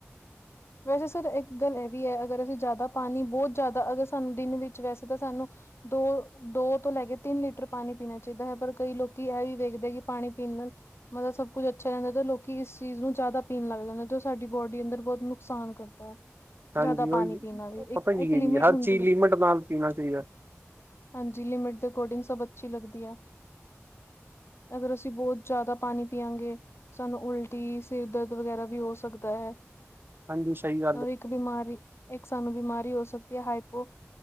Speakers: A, on the left; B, on the right.
A: ਵੈਸੇ ਸਰ ਇੱਕ ਗੱਲ ਇਹ ਵੀ ਹੈ, ਅਗਰ ਅਸੀਂ ਜ਼ਿਆਦਾ ਪਾਣੀ ਬਹੁਤ ਜ਼ਿਆਦਾ, ਅਗਰ ਸਾਨੂੰ ਦਿਨ ਵਿੱਚ ਵੈਸੇ ਤਾਂ ਸਾਨੂੰ ਦੋ, ਦੋ ਤੋਂ ਲੈ ਕੇ ਤਿੰਨ ਲੀਟਰ ਪਾਣੀ ਪੀਣਾ ਚਾਹੀਦਾ ਹੈ, ਪਰ ਕਈ ਲੋਕੀ ਇਹ ਵੀ ਵੇਖਦੇ, ਕਿ ਪਾਣੀ ਪੀਣ ਨਾਲ ਮਤਲਬ ਸਭ ਕੁੱਝ ਅੱਛਾ ਰਹਿੰਦਾ, ਤੇ ਲੋਕੀ ਇਸ ਚੀਜ਼ ਨੂੰ ਜ਼ਿਆਦਾ ਪੀਣ ਲੱਗਦਾਦੇ, ਜੋ ਸਾਡੀ ਬੋਡੀ ਅੰਦਰ ਬਹੁਤ ਨੁਕਸਾਨ ਕਰਦਾ ਹੈ।
B: ਹਾਂਜੀ
A: ਜਿਆਦਾ ਪਾਣੀ
B: ਉਹੀ
A: ਪੀਣਾ ਵੀ, ਇੱਕ-
B: ਪਤਾ ਕੀ
A: ਇੱਕ ਲਿਮਿਟ
B: ਹੈ ਜੀ ਹਰ
A: ਹੁੰਦੀ
B: ਚੀਜ਼
A: ਹੈ।
B: ਲਿਮਿਟ ਨਾਲ ਪੀਣਾ ਚਾਹੀਦਾ
A: ਹਾਂਜੀ, ਲਿਮਿਟ ਦੇ ਅਕੋਰਡਿੰਗ ਸਭ ਅੱਛੀ ਲੱਗਦੀ ਹੈ। ਅਗਰ, ਅਸੀਂ ਬਹੁਤ ਜ਼ਿਆਦਾ ਪਾਣੀ ਪੀਆਂਗੇ ਸਾਨੂੰ ਉਲਟੀ, ਸਿਰ ਦਰਦ ਵਗੈਰਾ ਵੀ ਹੋ ਸਕਦਾ ਹੈ।
B: ਹਾਂਜੀ, ਸਹੀ ਗੱ
A: ਔਰ ਇੱਕ ਬਿਮਾਰੀ, ਇੱਕ ਸਾਨੂੰ ਬਿਮਾਰੀ ਹੋ ਸਕਦੀ ਹੈ, ਹਾਈਪੋ